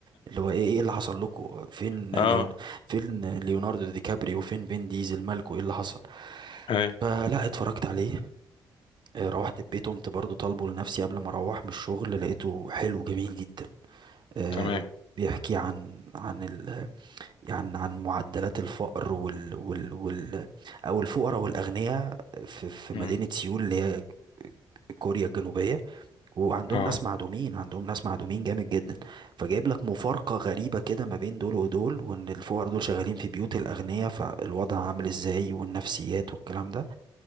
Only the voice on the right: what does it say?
اللي هو ايه ايه اللي حصل لكم فين
ليون... فين ليوناردو دي كابريو فين فين ديزل مالكم ايه اللي حصل
فلا اتفرجت عليه آه، روحت البيت قمت برضو طالبه لنفسي قبل ما اروح من الشغل لقيته حلو جميل جدا آه،
بيحكي عن عن ال عن عن معدلات الفقر وال وال وال او الفقراء والاغنياء في في
مدينه سيول اللي هي كوريا الجنوبيه وعندهم
ناس معدومين عندهم ناس معدومين جامد جدا فجايب لك مفارقه غريبه كده ما بين دول ودول وان الفقراء دول شغالين في بيوت الاغنياء فالوضع عامل ازاي والنفسيات والكلام ده